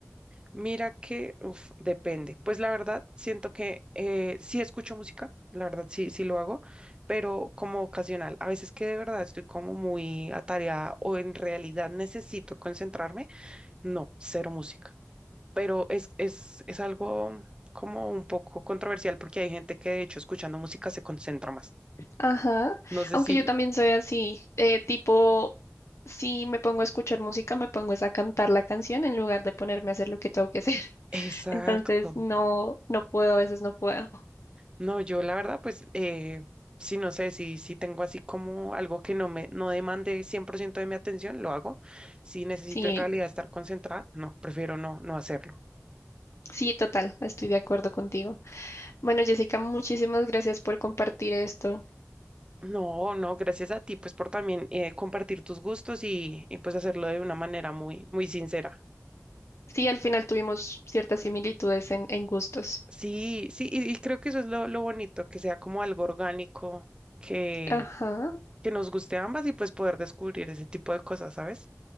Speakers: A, on the right; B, on the left.
A: Mira que, uf, depende. Pues la verdad, siento que eh, sí escucho música, la verdad sí, sí lo hago, pero como ocasional. A veces que de verdad estoy como muy atareada o en realidad necesito concentrarme, no, cero música. Pero es, es, es algo como un poco controversial porque hay gente que de hecho escuchando música se concentra más.
B: Ajá,
A: No sé
B: aunque
A: si...
B: yo también soy así, eh, tipo, si me pongo a escuchar música, me pongo es a cantar la canción en lugar de ponerme a hacer lo que tengo que hacer. <laughs>
A: Exacto.
B: Entonces, no, no puedo, a veces no puedo.
A: No, yo la verdad, pues, eh, sí, no sé, si, si tengo así como algo que no me, no demande 100% de mi atención, lo hago. Si necesito
B: Sí,
A: en realidad estar concentrada, no, prefiero no, no hacerlo.
B: sí, total, estoy de acuerdo contigo. Bueno, Jessica, muchísimas gracias por compartir esto.
A: No, no, gracias a ti, pues, por también eh, compartir tus gustos y, y, pues hacerlo de una manera muy, muy sincera.
B: Sí, al final tuvimos ciertas similitudes en, en gustos.
A: Sí, sí, y, y creo que eso es lo, lo bonito, que sea como algo orgánico, que,
B: Ajá,
A: que nos guste a ambas y pues poder descubrir ese tipo de cosas, ¿sabes?